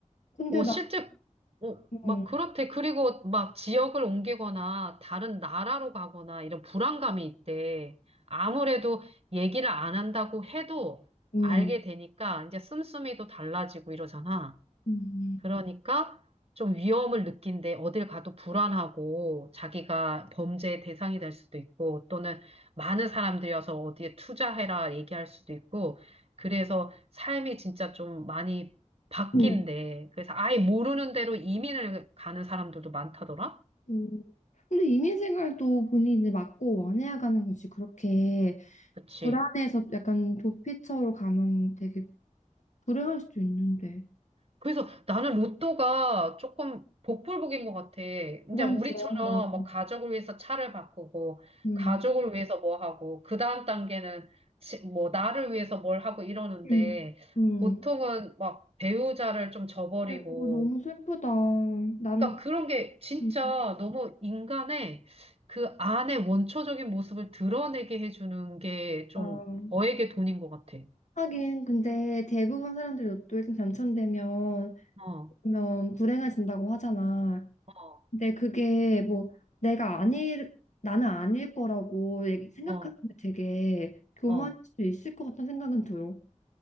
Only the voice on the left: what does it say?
근데
나,
음,
음,
음,
음,
음.
음. 근데 이민 생활도 본인이 이제 맞고 원해야 가는 거지. 그렇게
불안해서 약간 도피처로 가면 되게 불행할 수도 있는데.
그건
그래, 맞아.
음,
<clears throat> 음, 음.
근데 그거 너무 슬프다. 나는
음.
어,
하긴 근데 대부분 사람들이 로또 일등 당첨되면
그러면 불행해진다고 하잖아.
근데 그게 뭐 내가 아닐 나는 아닐 거라고 얘기- 생각하면
되게 교만할
수 있을 것 같다는 생각은 들어.